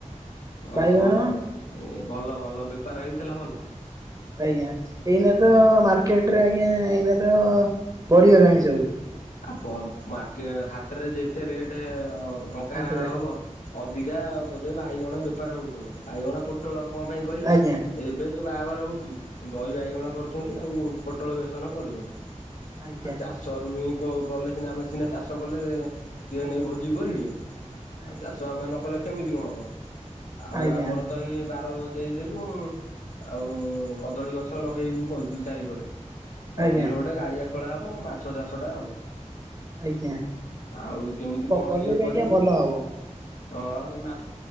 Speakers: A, on the left (about 85°); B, on the right (about 30°).
A: ଓ
B: ବାଇଗଣ
A: ହୋ ଭଲ ଭଲ, ବେପାର ହେଇଥିଲା ଭଲ?
B: ଆଜ୍ଞା ଏଇନା ତ, ମାର୍କେଟରେ ଆଜ୍ଞା ଏଇନା ତ ବଢିଗଲାଣି ସବୁ।
A: ଆ ବ ମାର୍କେ ହାଟରେ ଯେତେ ରେଟ ଟଙ୍କା
B: ହାଟରେ
A: ହବ। ଅଧିକା ବୋଧେ ବାଇଗଣ ବେପାର ହଉଥିବ? ବାଇଗଣ, ପୋଟଳ କଣ ପାଇଁ କହିଲେ,
B: ଆଜ୍ଞା
A: ଏବେ ଯୋଉ ବାହାଘର ହେଉଛି ଦହି ବାଇଗଣ କରୁଛନ୍ତି, ଆଉ ପୋଟଳ ବେସନ କରୁଛନ୍ତି।
B: ଆଜ୍ଞା
A: ଆଉ ଚାଷରୁ ହିଁ <unintelligible> କଲେ ସିନା ଆମେ ସିନା ଚାଷ କଲେ, ସିଏ ନେଇ ଭୋଜି କରିବେ। ଆଉ
B: ଆଜ୍ଞା
A: ଚାଷ ଆମେ ନ କଲେ କେମିତି କଣ ହବ? ଆଉ
B: ଆଜ୍ଞା
A: ଆମର ତ ଏଇ ବା ବାର ଦେଇଦେଲୁ ଆଉ, କଦଳୀ ଗଛ ଲଗେଇବୁ କହିଛୁ ଚାରି କରେ। ମଝିରୁ
B: ଆଜ୍ଞା
A: ଗୋଟେ ଗାଡିଆ ଖୋଳା ହବ, ମାଛ ଚାଷ ଟା ହବ।
B: ଆଜ୍ଞା
A: ଆଉ କେମିତି କଣ
B: କଲେ
A: ଇଏ
B: ବି
A: କରି?
B: ଆଜ୍ଞା ଭଲ ହବ
A: ହଁ ସେଇ ମା